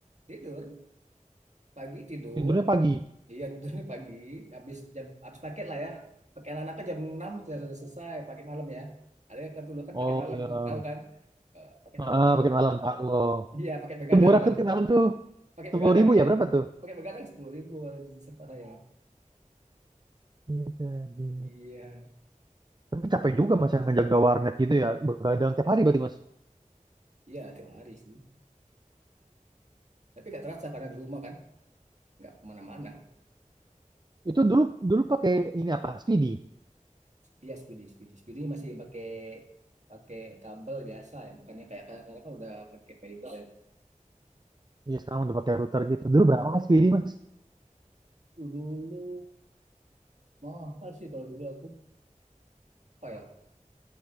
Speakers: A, on the right; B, on the right.
A: tidur. Pagi tidur,
B: Tidurnya pagi.
A: Iya, tidurnya pagi, habis jam habis paket lah ya. Pakai anak-anaknya jam 6 sudah, sudah selesai paket malam ya. Ada yang kan dulu kan
B: Oh
A: paket malam,
B: ya.
A: tahu kan? Eh, paket
B: Ah,
A: malam.
B: pakai malam. Ah, Oh.
A: Iya, paket begadang
B: Itu murah
A: lah.
B: tuh pakai malam tuh.
A: Paket
B: Sepuluh
A: begadang
B: ribu
A: iya.
B: ya berapa tuh?
A: Paket begadang sepuluh ribu sempat saya.
B: Iya, iya.
A: Iya,
B: Tapi capek juga Mas yang ngejaga warnet gitu ya. Begadang tiap hari berarti Mas.
A: iya tiap hari sih. Tapi nggak terasa karena di rumah kan, nggak kemana-mana.
B: Itu dulu dulu pakai ini apa? Speedy.
A: Iya, speedy, speedy, speedy masih pakai pakai kabel biasa ya, bukannya kayak sekarang kan udah pakai fiber ya.
B: Iya, sekarang udah pakai router gitu. Dulu berapa mas Speedy, Mas?
A: Dulu mahal sih kalau dulu aku berapa ya?